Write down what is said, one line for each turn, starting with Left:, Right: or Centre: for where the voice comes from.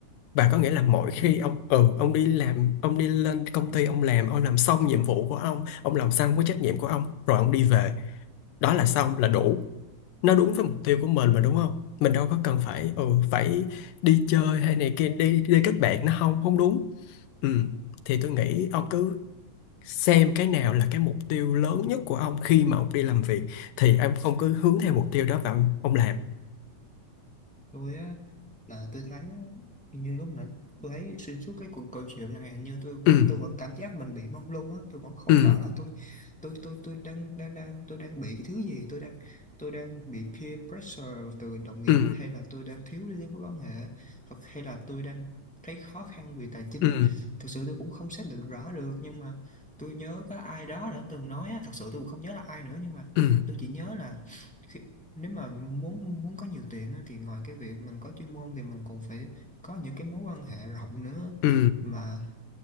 Left: Và có nghĩa là mỗi
Centre: ừ.
Left: khi ông ừ ông đi làm ông đi lên công ty ông làm ông làm xong nhiệm vụ của ông ông làm xong cái trách nhiệm của ông rồi ông đi về đó là xong là đủ nó đúng với mục tiêu của mình mà đúng không mình đâu có cần phải ừ phải đi chơi hay này kia đi đi kết bạn nó không không đúng ừ thì tôi nghĩ ông cứ xem cái nào là cái mục tiêu lớn nhất của ông khi mà ông đi làm việc thì em ông cứ hướng theo mục tiêu đó và ông, ông làm
Centre: tôi á là tôi thấy á, như lúc nãy tôi thấy xuyên suốt cái cuộc câu chuyện này như tôi vẫn
Left: ừ
Centre: tôi vẫn cảm giác mình bị mông lung á tôi vẫn không
Left: ừ
Centre: rõ là tôi tôi tôi tôi đang đang đang tôi đang bị cái thứ gì tôi đang tôi đang bị peer pressure từ đồng nghiệp
Left: ừ
Centre: hay là tôi đang thiếu liên mối quan hệ hoặc hay là tôi đang thấy khó khăn về tài chính
Left: ừ
Centre: thực sự tôi cũng không xác định rõ được nhưng mà tôi nhớ có ai đó đã từng nói á, thật sự tôi cũng không nhớ là ai nữa nhưng mà
Left: ừ
Centre: tôi chỉ nhớ là khi- nếu mà muốn muốn có nhiều tiền á, thì ngoài cái việc mình có chuyên môn thì mình còn phải có những cái mối quan hệ rộng nữa
Left: ừ
Centre: mà